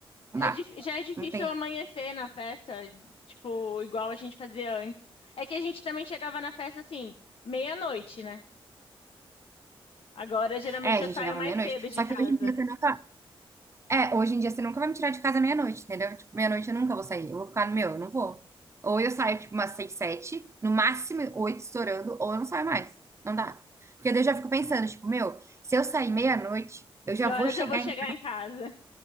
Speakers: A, on the left; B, on the right.
A: É,
B: dá.
A: dif- já é difícil
B: Não tem.
A: amanhecer na festa, tipo, igual a gente fazia antes. É que a gente também chegava na festa assim, meia-noite, né? Agora geralmente
B: É, a
A: eu
B: gente
A: saio
B: chegava
A: mais
B: meia-noite.
A: cedo de
B: Só
A: casa.
B: que hoje em dia você não É, hoje em dia você nunca vai me tirar de casa meia-noite, entendeu? Tipo, meia-noite eu nunca vou sair. Eu vou ficar no meu, eu não vou. Ou eu saio, tipo, umas seis, sete, no máximo oito estourando, ou eu não saio mais. Não dá. Porque daí eu já fico pensando, tipo, meu, se eu sair meia-noite, eu já
A: Que
B: vou
A: horas
B: chegar
A: eu vou chegar
B: em
A: em casa?